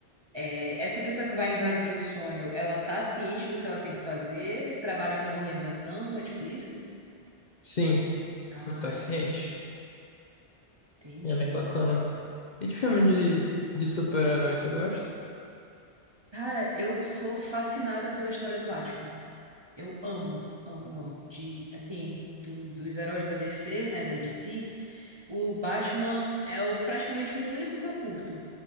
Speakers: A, on the right; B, on the left.
A: É, essa pessoa que vai invadir o sonho, ela tá ciente do que ela tem que fazer? Trabalha para uma organização? É tipo isso?
B: Sim,
A: Ah,
B: ele tá ciente.
A: entendi. Entendi.
B: Ele é bem bacana. E de
A: Caramba.
B: filme de, de super-herói, tu gosta?
A: Cara, eu sou fascinada pela história do Batman. Eu amo, amo, amo. De, assim, do- dos heróis da DC, né, da DC. O Batman é o, praticamente o único que eu curto.